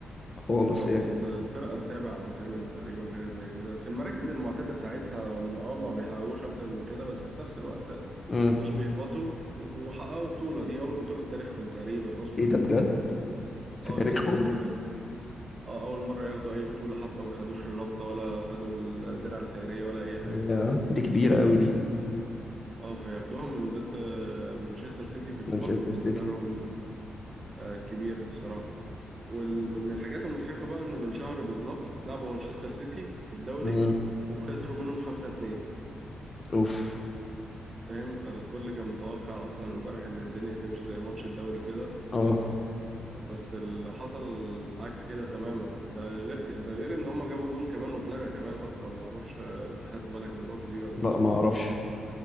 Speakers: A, on the left; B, on the right.
A: خالص
B: بالظبط
A: يعني
B: أنت الفرقة سابع أو تامن تقريبا حاجة زي كده في المراكز المعتادة بتاعتها هم أه ما بيحققوش أكتر من كده بس في نفس الوقت
A: امم
B: مش بيهبطوا وحققوا بطولة دي أول بطولة في تاريخهم تقريبا أصلا
A: ايه ده بجد في
B: اه
A: تاريخهم
B: البطولة بتاعت امبارح اه أول مرة ياخدوا أي بطولة حتى ما خدوش الرابطة ولا خدوا الدرع الخيرية ولا أي حاجة
A: لا دي كبيرة قوي دي
B: اه فياخدوها من ضد آه، مانشستر سيتي في الحوار
A: مانشستر
B: بالنسبة
A: سيتي
B: لهم آه، كبير بصراحة ومن الحاجات المضحكة بقى إن من شهر بالظبط لعبوا مانشستر سيتي في الدوري
A: امم
B: وخسروا منهم 5-2
A: اوف
B: فاهم فالكل كان متوقع أصلا امبارح إن الدنيا تمشي زي ماتش الدوري كده
A: اه
B: آه، بس اللي حصل العكس كده تماما ده غير ك- ده غير إن هما جابوا جون كمان واتلغى كمان أصلا معرفش آه، أنت خدت بالك من النقطة دي ولا
A: لا
B: لأ
A: ما اعرفش